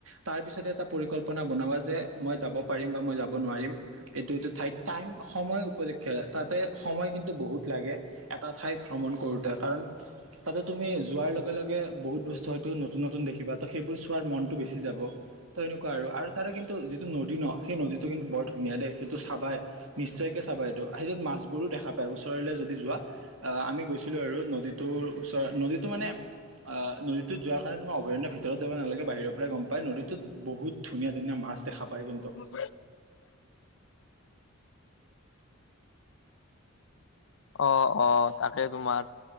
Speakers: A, on the right; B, on the left.
A: তাৰ পিছতে এটা পৰিকল্পনা বনাবা যে মই যাব পাৰিম বা মই যাব নোৱাৰিম। এইটো এইটো ঠাইত টাইম সময় উপলক্ষে তাতে সময় কিন্তু বহুত লাগে এটা ঠাই ভ্ৰমণ কৰোতে কাৰণ তাতে তুমি যোৱাৰ লগে লগে বহুত বস্তু হয়তো নতুন নতুন দেখিবা ত' সেইবোৰ চোৱাৰ মনতটো বেছি যাব। ত এনেকুৱা আৰু তাৰে কিন্তু যিটো নদী ন সেই নদীটো কিন্তু বৰ ধুনীয়া দেই সেইটো চাবাই নিশ্চয়কে চাবাই এইটো সেইটোত মাছবোৰো দেখা পায় ওচৰলে যদি যোৱা আহ আমি গৈছিলো আৰু নদীটোৰ ওচৰত নদীটো মানে আ নদীটোত যোৱাৰ কাৰণে তোমাৰ অভয়াৰণ্য ভিতৰত যাব নালাগে বাহিৰৰ পৰাই গম পায় নদীত বহুত ধুনীয়া ধুনীয়া মাছ দেখা পায় কিন্তু
B: হয় <unintelligible> অ অ তাকে তোমাৰ